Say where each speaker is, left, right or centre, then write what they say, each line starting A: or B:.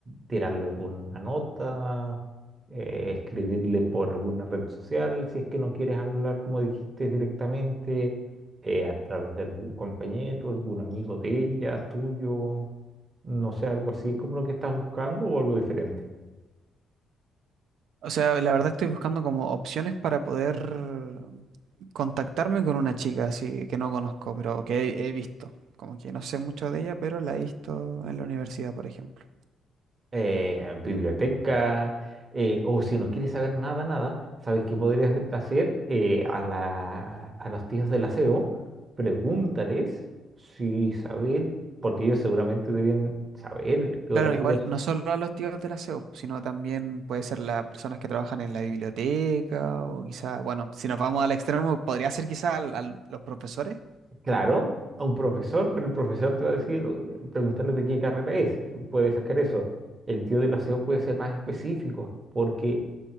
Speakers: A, on the right (about 40°); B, on the right (about 75°).
A: tirarle alguna nota, eh, escribirle por alguna red social, si es que no quieres hablar, como dijiste, directamente, eh, a través de algún compañero, algún amigo de ella, tuyo. No sé, algo así es como lo que estás buscando o algo diferente.
B: O sea, la verdad estoy buscando como opciones para poder contactarme con una chica así que no conozco, pero que he, he visto. Como que no sé mucho de ella, pero la he visto en la universidad, por ejemplo.
A: Eh, biblioteca, eh, o si no quieres saber nada, nada, ¿sabes qué podrías hacer? Eh, a la- a los tíos del aseo, pregúntales si saben, porque ellos seguramente deben saber qué horarios.
B: Claro, igual no solo a los tíos de la CEU, sino también puede ser las personas que trabajan en la biblioteca o quizá, bueno, si nos vamos al extremo, podría ser quizá al- al- los profesores.
A: Claro, a un profesor, pero el profesor te va a decir, o- preguntarle de qué carrera es, puede sacar eso. El tío del aseo puede ser más específico, porque